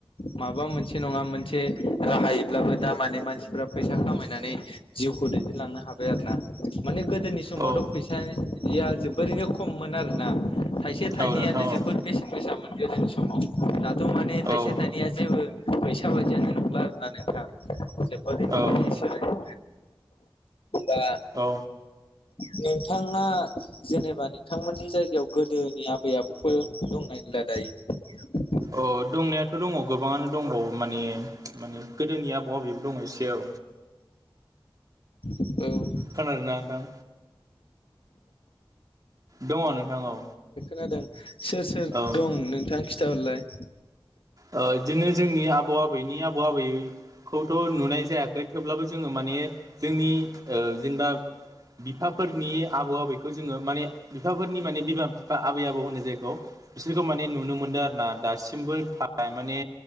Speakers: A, on the left; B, on the right.
A: माबा मोनसे। नङा मोनसे राहायब्लाबो दा माने मानसिफ्रा फैसा खामायनानै जिउखौ दैदेनलांनो हाबाय। इदि आरोना गोदोनि समावथ'
B: औ
A: फैसानिया जोबोरैनो खममोन आरोना थाय से थाइनैयानो
B: औ नोंथां
A: जोबोद
B: औ
A: बेसेन गोसाामोन गोदोनि समाव दाथ' माने थाइसे
B: औ
A: थाइनैया जेबो। फैसा बायदियानो नंला आरोना नोंथां जोबोदैनो
B: औ
A: मोनसे सोलाय ओ आ।
B: औ
A: नोंथाङा जेनेबा नोंथांमोननि जायगायाव गोदोनिया आ बै आबौफोर दंना गैला दायो?
B: अ दंनायाथ' दङ गोबाङानो दंबावो माने माने गोदोनि आबौ आबैबो दङ एसे औ।
A: दायो
B: खोनादों ना नोंथां। दङ नोंथां औ।
A: जादों सोर सोर
B: औ
A: दं नोंथाङा खिथाहरलाय।
B: ओ इदिनो जोंनि आबौ आबैनि आबौ आबैखौथ' नुनाय जायाखै थेवब्लाबो जोङो माने जोंनि ओ जेनेबा बिफाफोरनि आबौ आबैखौ जोङो माने बिफाफोरनि माने बिमा बिफा आबै आबौ होनो जायखौ। बिसोरखौ माने नुनो मोनदों आरो ना दासिमबो थानाय माने।